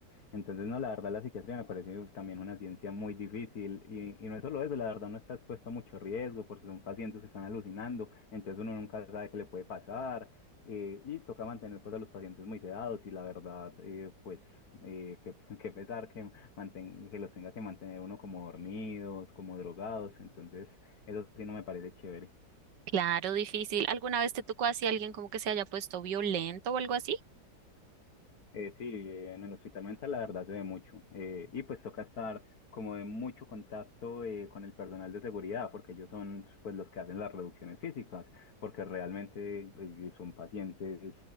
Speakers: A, on the left; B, on the right.
A: entonces no, la verdad la psiquiatría me parece también una ciencia muy difícil y, y no es solo eso, la verdad uno está expuesto a mucho riesgo porque son pacientes que están alucinando, entonces uno nunca sabe qué le puede pasar eh, y toca mantener pues a los pacientes muy sedados y la verdad, eh, pues eh, que, <laughs> que pesar que, manten- que los tenga que mantener uno como dormidos, como drogados, entonces eso sí no me parece chévere.
B: Claro, difícil. ¿Alguna vez te tocó así alguien como que se haya puesto violento o algo así?
A: Eh, sí, eh, en el hospital mental la verdad se ve mucho. eh, y pues toca estar como de mucho contacto eh, con el personal de seguridad, porque ellos son pues los que hacen las reducciones físicas, porque realmente eh, son pacientes